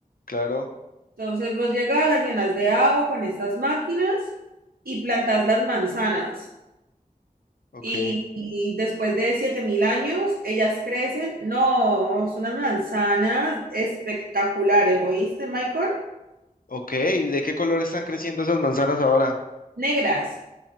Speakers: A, on the left (about 70°); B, on the right (about 85°).
A: claro,
B: Entonces vos llegás, las llenas de agua con estas máquinas y plantás las manzanas.
A: ok,
B: Y, y después de 7000 años, ellas crecen. No, son unas manzanas espectaculares, ¿oíste, Michael?
A: ok. ¿Y de qué color están creciendo esas manzanas ahora?
B: Negras.